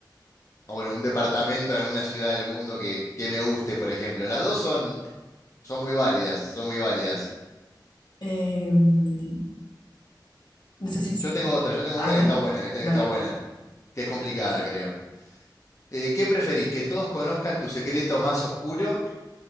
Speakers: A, on the left (about 40°); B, on the left (about 70°).
A: o bueno, un departamento en alguna ciudad del mundo que, que me guste, por ejemplo. Las dos son, son muy válidas, son muy válidas.
B: Eh, no sé si, es-
A: Yo tengo otra, yo tengo
B: a
A: una
B: ver,
A: que está buena, que, te-
B: dale.
A: que está buena, que es complicada, creo. Eh, ¿qué preferís? ¿Que todos conozcan tu secreto más oscuro